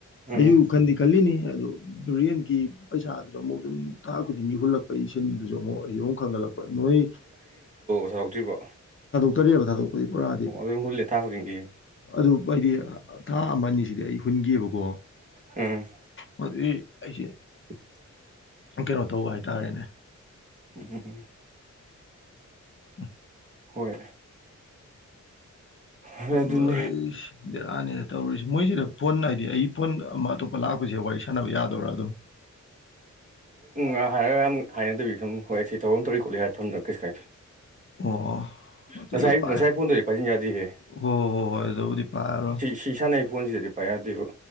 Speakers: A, on the right; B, on the left.
A: ꯎꯝ
B: ꯑꯩꯁꯨ ꯈꯟꯗꯤ ꯈꯜꯂꯤꯅꯤ ꯑꯗꯣ ꯕꯔꯤꯌꯦꯟꯒꯤ ꯄꯩꯁꯥ ꯑꯃꯨꯛ ꯁꯨꯝ ꯊꯥ ꯈꯨꯗꯤꯡꯒꯤ ꯍꯨꯜꯂꯛꯄ ꯏꯁꯤꯡꯟꯗꯨꯁꯨ ꯑꯃꯨꯛ ꯑꯩ ꯑꯃꯨꯛ ꯈꯪꯍꯠꯂꯛꯄ ꯅꯣꯏ
A: ꯁꯧꯔꯛꯇ꯭ꯔꯤꯕ
B: ꯇꯔꯦꯠꯕ ꯊꯥꯗꯣꯛꯄꯗꯤ ꯄꯨꯔꯥꯗꯤ
A: ꯑꯩꯈꯣꯏ ꯍꯦꯇꯥ ꯍꯔꯤꯡꯒ
B: ꯑꯗꯨ ꯍꯥꯏꯗꯤ ꯊꯥ ꯑꯃꯅꯤ ꯑꯅꯤꯁꯤꯗꯤ ꯑꯩ ꯍꯨꯟꯒꯕꯀꯣ
A: ꯎꯝ
B: ꯃꯗꯨꯕꯤ ꯑꯩꯁꯦ
A: <inaudible>
B: ꯀꯩꯅꯣ ꯇꯧꯕ ꯍꯥꯏꯇꯥꯔꯦꯅꯦ
A: ꯎꯝ
B: ꯎ
A: ꯍꯣꯏ ꯍꯣꯏ ꯑꯗꯨꯅꯦ
B: ꯂꯣꯏ ꯕꯦꯔꯥꯅꯤꯗ ꯇꯧꯔꯤꯁꯤ ꯃꯣꯏꯁꯤꯗ ꯐꯣꯟ ꯍꯥꯏꯗꯤ ꯑꯩ ꯐꯣꯟ ꯑꯃ ꯑꯇꯣꯞꯄ ꯂꯥꯛꯄꯁꯦ ꯋꯥꯔꯤ ꯁꯥꯟꯅꯕ ꯌꯥꯗꯣꯏꯔꯥ ꯑꯗꯨꯝ
A: ꯑ ꯍꯥꯏꯔ ꯌꯥꯝ ꯍꯥꯏꯅꯗꯕꯤ ꯁꯨꯝ ꯍꯣꯏ ꯑꯩ ꯊꯧꯐꯝ ꯇꯧꯔꯤ ꯈꯣꯠꯂꯤ ꯍꯥꯏꯔ ꯊꯝꯔꯒ ꯀꯩ ꯀꯥꯏꯗꯦ
B: ꯑꯣ ꯑꯗꯨꯗꯤ
A: ꯉꯁꯥꯏ
B: ꯄꯥꯏ
A: ꯉꯁꯥꯏ ꯐꯣꯟꯗꯗꯤ ꯄꯥꯏꯁꯤꯟ ꯌꯥꯗꯍꯦ
B: ꯍꯣꯏ ꯍꯣꯏ ꯍꯣꯏ ꯑꯗꯨꯕꯨꯗꯤ ꯄꯥꯏꯔꯔꯣꯏ
A: ꯁꯤ ꯁꯥꯟꯅꯩ ꯐꯣꯟꯁꯤꯗꯗꯤ ꯄꯥꯏ ꯌꯥꯗꯦꯕ